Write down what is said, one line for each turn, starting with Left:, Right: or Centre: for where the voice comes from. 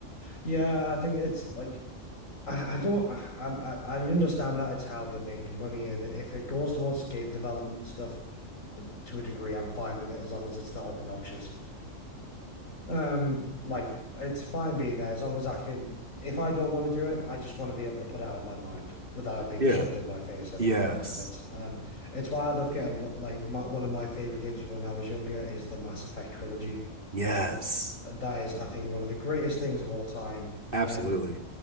Left: Yeah, I think it's like I, I don't I, I I understand that it's how they're making money and if it goes towards game development and stuff to a degree I'm fine with it as long as it's not obnoxious. Um like it's fine being there as long as I can if I don't want to do it I just want to be able to put it out of my mind without it being
Right: Yeah.
Left: shoved in my face every
Right: Yes.
Left: five minutes. Um it's why I love getting like my, one of my favorite games from when I was younger is the Mass Effect trilogy.
Right: Yes.
Left: That is I think one of the greatest things of all time
Right: Absolutely.
Left: and